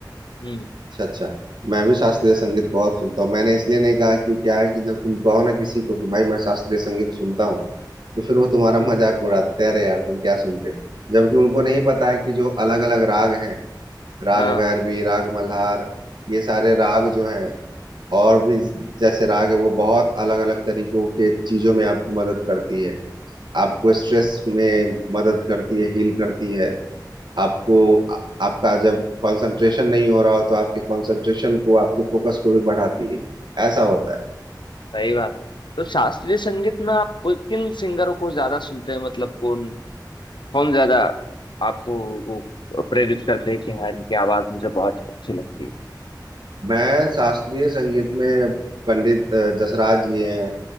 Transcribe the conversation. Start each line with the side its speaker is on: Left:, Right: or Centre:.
Left: हम्म
Right: अच्छा अच्छा मैं भी शास्त्रीय संगीत बहुत सुनता हूँ मैंने इसलिए नहीं कहा कि क्या है कि जब तुम कहो ना किसी को कि भाई मैं शास्त्रीय संगीत सुनता हूँ तो फिर वो तुम्हारा मजाक उड़ाते हैं अरे यार तुम क्या सुनते हो जबकि उनको नहीं पता है कि जो अलग अलग राग हैं राग
Left: हाँ
Right: भैरवी राग मल्हार ये सारे राग जो हैं और भी जैसे राग है वो बहुत अलग अलग तरीकों के चीजों में आपको मदद करती है आपको स्ट्रेस में मदद करती है हील करती है आपको आ- आपका जब कंसंट्रेशन नहीं हो रहा हो तो आपके कंसंट्रेशन को आपके फोकस को भी बढ़ाती है ऐसा होता है
Left: सही बात है तो शास्त्रीय संगीत में आप किन सिंगरों को ज्यादा सुनते हैं मतलब कौन कौन ज्यादा आपको वो प्रेरित करते हैं कि हाँ इनकी आवाज मुझे बहुत अच्छी लगती है
Right: मैं शास्त्रीय संगीत में पंडित अ, जसराज जी हैं